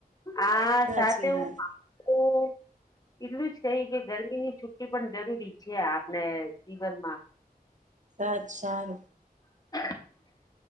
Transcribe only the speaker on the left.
આ
સાથે હું
હ એટલું જ કહી કે ગરમીની છુટ્ટી પણ જરૂરી છે આપણે જીવનમાં
<inaudible>